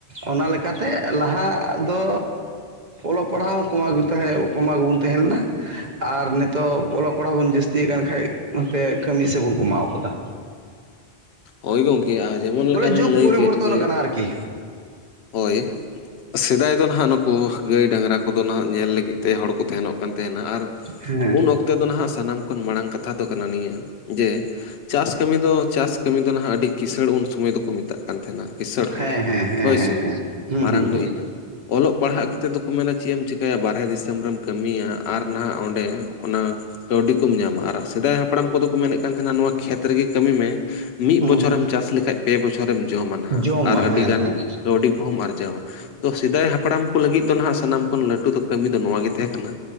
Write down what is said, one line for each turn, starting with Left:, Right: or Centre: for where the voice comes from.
Right: ᱚᱱᱟ ᱞᱮᱠᱟᱛᱮ ᱞᱟᱦᱟ ᱫᱚ ᱚᱞᱚᱜ ᱯᱟᱲᱦᱟᱣ ᱦᱚᱸ ᱠᱚᱢᱟᱣ ᱜᱮ ᱛᱟᱦᱮᱸ ᱠᱚᱢᱟᱣ ᱜᱮᱵᱚᱱ ᱛᱟᱦᱮᱸ ᱞᱮᱱᱟ ᱟᱨ ᱱᱤᱛᱚᱜ ᱚᱞᱚᱜ ᱯᱟᱲᱦᱟᱜ ᱵᱚᱱ ᱡᱟᱹᱥᱛᱤᱭᱮᱜ ᱠᱟᱱ ᱠᱷᱟᱡ ᱱᱚᱛᱮ ᱠᱟᱹᱢᱤ ᱥᱮᱵᱚᱱ ᱠᱚᱢᱟᱣ ᱟᱠᱟᱫᱟ
Left: ᱦᱳᱭ ᱜᱚᱝᱠᱮ ᱡᱮᱢᱚᱱ
Right: ᱵᱚᱞᱮ
Left: ᱞᱮᱠᱟ ᱵᱮᱱ
Right: ᱡᱩᱜᱽ
Left: ᱞᱟᱹᱭ
Right: ᱯᱚᱨᱤᱵᱚᱨᱛᱚᱱ
Left: ᱠᱮᱫ ᱡᱮ
Right: ᱟᱠᱟᱱᱟ ᱟᱨᱠᱤ
Left: ᱦᱳᱭ ᱥᱮᱫᱟᱭ ᱫᱚ ᱱᱟᱦᱟᱜ ᱱᱩᱠᱩ ᱜᱟᱹᱭ ᱰᱟᱝᱨᱟ ᱠᱚᱫᱚ ᱱᱟᱦᱟᱜ ᱧᱮᱞ ᱞᱟᱹᱜᱤᱫ ᱛᱮ ᱦᱚᱲ ᱠᱚ ᱛᱟᱦᱮᱱᱚᱜ ᱠᱟᱱ ᱛᱟᱦᱮᱱᱟ ᱟᱨ
Right: ᱦᱮᱸ
Left: ᱩᱱ ᱚᱠᱛᱚ ᱩᱱ ᱛᱮᱫᱚ ᱱᱟᱦᱟᱜ ᱥᱟᱱᱟᱢ ᱠᱷᱚᱱ ᱢᱟᱲᱟᱝ ᱠᱟᱛᱷᱟ ᱫᱚ ᱠᱟᱱᱟ ᱱᱤᱭᱟᱹ ᱡᱮ ᱪᱟᱥ ᱠᱟᱹᱢᱤ ᱫᱚ ᱪᱟᱥ ᱠᱟᱹᱢᱤ ᱫᱚ ᱱᱟᱦᱟᱜ ᱟᱹᱰᱤ ᱠᱤᱥᱟᱹᱬ ᱩᱱ ᱥᱩᱢᱚᱭ ᱫᱚᱠᱚ ᱢᱮᱛᱟᱜᱼᱟ ᱠᱟᱱ ᱛᱟᱦᱮᱱᱟ ᱠᱸᱤᱥᱟᱹᱬ
Right: ᱦᱮᱸ
Left: ᱦᱚᱲ
Right: ᱦᱮᱸ ᱦᱮᱸ
Left: ᱦᱳᱭᱥᱮ
Right: ᱦᱮᱸ ᱦᱮᱸ
Left: ᱾
Right: ᱦᱩᱸ
Left: ᱢᱟᱨᱟᱝ
Right: ᱦᱩᱸ ᱦᱩᱸ
Left: ᱫᱚ ᱤᱱᱟᱹ ᱚᱞᱚᱜ ᱯᱟᱲᱦᱟᱜ ᱠᱟᱛᱮᱫ ᱫᱚᱠᱚ ᱢᱮᱱᱟ ᱪᱮᱫ ᱮᱢ ᱪᱤᱠᱟᱹᱭᱟ ᱵᱟᱦᱨᱮ ᱫᱤᱥᱚᱢ ᱨᱮᱢ ᱠᱟᱹᱢᱤᱭᱟ ᱟᱨ ᱱᱟᱦᱟᱜ ᱚᱸᱰᱮ ᱚᱱᱟ ᱠᱟᱹᱣᱰᱤ ᱠᱚᱢ ᱧᱟᱢᱟ ᱟᱨ ᱥᱮᱫᱟᱭ ᱦᱟᱯᱲᱟᱢ ᱠᱚᱫᱚ ᱠᱚ ᱢᱮᱱᱮᱫ ᱛᱟᱦᱮᱱᱟ ᱱᱚᱣᱟ ᱠᱷᱮᱛ ᱨᱮᱜᱮ ᱠᱟᱹᱢᱤ ᱢᱮ ᱢᱤᱫ
Right: ᱦᱩᱸ
Left: ᱵᱚᱪᱷᱚᱨᱮᱢ
Right: ᱦᱩᱸ
Left: ᱪᱟᱥ ᱞᱮᱠᱷᱟᱡ ᱯᱮ ᱵᱚᱪᱷᱚᱨᱮᱢ ᱡᱚᱢᱟ ᱱᱟᱦᱟᱜ
Right: ᱡᱚᱢᱟ
Left: ᱟᱨ ᱟᱹᱰᱤ
Right: ᱦᱮᱸ
Left: ᱜᱟᱱ
Right: ᱦᱮᱸ
Left: ᱠᱟᱹᱣᱰᱤ ᱠᱚᱦᱚᱢ ᱟᱨᱡᱟᱣᱟ ᱛᱚ ᱥᱮᱫᱟᱭ ᱦᱟᱯᱲᱟᱢ ᱠᱚ ᱞᱟᱹᱜᱤᱫ ᱫᱚ ᱱᱟᱦᱟᱜ ᱥᱟᱱᱟᱢ ᱠᱷᱚᱱ ᱞᱟᱹᱴᱩ ᱫᱚ ᱠᱟᱹᱢᱤ ᱫᱚ ᱱᱚᱣᱟᱜ ᱜᱮ ᱛᱟᱦᱮᱸ ᱠᱟᱱᱟ